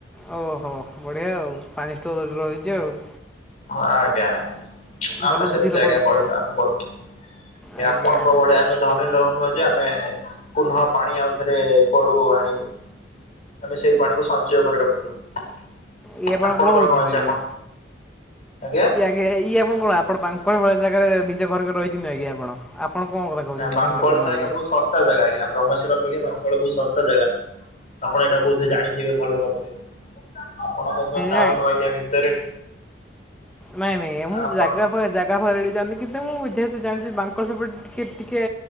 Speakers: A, in the centre; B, on the left (about 40°).
A: ଓହୋ ବଢ଼ିଆ ଆଉ ପାଣି ଷ୍ଟୋର ରେ ରହିଛି ଆଉ
B: ହଁ ଆଜ୍ଞା ଆଜ୍ଞା।
A: ଭଲ
B: ଆମେ ସେମତି
A: ବୁଦ୍ଧିଲେ ଆପଣ
B: ଆଜ୍ଞା
A: ଲୋକ।
B: କହିନୁ ଆମେ କରୁ ଏ
A: ଆଜ୍ଞା
B: ଆପଣଙ୍କ ଭଳିଆ ଆମେ ଧନୀ ଲୋକ ନୁହଁ ଯେ ଆମେ ପୁନଃ ପାଣି ଆଉଥରେ କୁଆଡୁ ଆଣିବୁ। ଆମେ ସେଇ ପାଣିକୁ ସଞ୍ଚୟ କରି ରଖି ଦୋଉ
A: ଇଏ ଆପଣ
B: ଆପଣଙ୍କର
A: କହୁଛନ୍ତି
B: କଣ ଅଛି
A: ଆଜ୍ଞା?
B: ଆପଣ ଆଜ୍ଞା।
A: ଇଏ ଆପଣ କଣ ଆପଣ ପାଙ୍କଣ ଭଳି ଜାଗାରେ ନିଜେ ଘରକରିକି ରହିଛନ୍ତି ଆଜ୍ଞା ଆପଣ। ଆପଣ କଣ କଥା କହୁଛନ୍ତି
B: ବାଙ୍କଳ
A: ଧାନି ଲୋକ ନୁହେଁ
B: ତ ଆଜ୍ଞା
A: ବୋଲି?
B: ବହୁତ ଶସ୍ତା ଜାଗା ଆଜ୍ଞା ବ୍ରହ୍ମେଶ୍ୱର ଅପେକ୍ଷା ପାଙ୍କଣ ବହୁ ଶସ୍ତା ଜାଗା। ଆପଣ ଏଇଟା ବୋଧେ ଜାଣିଥିବେ ଭଲ ଭାବରେ ଆପଣଙ୍କ ତ ଟାଉନୁ
A: ନାଇଁ
B: ବାଗିଆ ଭିତରେ
A: ନାଇଁ ନାଇଁ ମୁଁ
B: ଆପଣ
A: ଜାଗା ଫାଗା ଜାଗା ଫାଗା କିଛି ଯାଣିନି କିନ୍ତୁ ମୁଁ ଜେହେତୁ ଜାଣିଛି ବାଙ୍କ ସେପଟେ ଟିକେ ଟିକେ